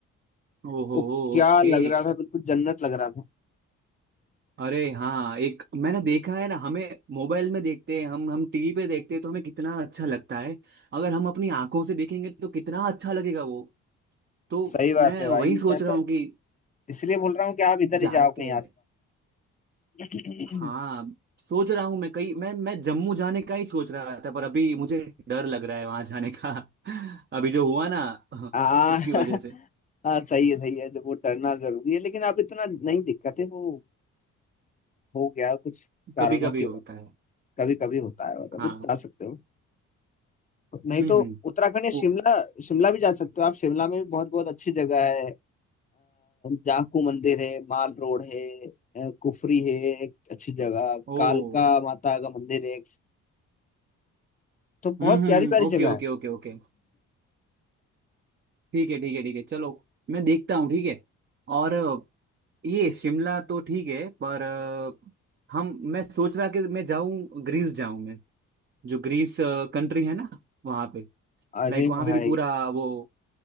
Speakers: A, on the right (about 35°); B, on the left (about 25°).
A: ओहो
B: वो
A: ओके
B: क्या लग रहा था बिल्कुल जन्नत लग रहा था
A: अरे हाँ एक मैंने देखा है ना हमें मोबाइल में देखते हैं हम हम टीवी पे देखते हैं तो हमें कितना अच्छा लगता है अगर हम अपनी आंखों से देखेंगे तो कितना अच्छा लगेगा वो तो
B: सही बात
A: मैं
B: है भाई
A: वही सोच
B: मैं तो
A: रहा हूँ कि
B: इसलिए बोल रहा हूँ कि आप इधर ही
A: जाते
B: जाओ कहीं
A: हैं
B: आसपास
A: हाँ सोच रहा हूँ मैं कहीं मैं मैं जम्मू जाने का ही सोच रहा था पर अभी मुझे डर लग रहा है वहां जाने का <laughs> अभी जो हुआ ना <laughs>
B: आ, <laughs>
A: उसकी वजह से <laughs>
B: हाँ सही है सही है जब वो डरना जरूरी है लेकिन अब इतना नहीं दिक्कत है वो हो गया कुछ कारणों
A: कभी कभी
B: के
A: होता है
B: कभी कभी होता है और अभी
A: हाँ
B: जा सकते हो नहीं
A: हम्म
B: तो
A: हम्म,
B: उत्तराखंड या शिमला
A: ओ
B: शिमला भी जा सकते हो आप शिमला में भी बहुत बहुत अच्छी जगह है अ, जाखू मंदिर है माल रोड है अ, कुफरी है एक अच्छी जगह कालका
A: ओ
B: माता का मंदिर है तो
A: हम्म
B: बहुत प्यारी
A: हम्म हम्म,
B: प्यारी
A: Okay
B: जगह
A: okay
B: है
A: okay okay ठीक है ठीक है ठीक है चलो मैं देखता हूँ ठीक है और अ, ये शिमला तो ठीक है पर अ, हम मैं सोच रहा कि मैं जाऊं ग्रीस जाऊं जो ग्रीस कंट्री है ना वहां पे
B: अरे
A: लाइक वहां
B: भाई
A: पे भी पूरा वो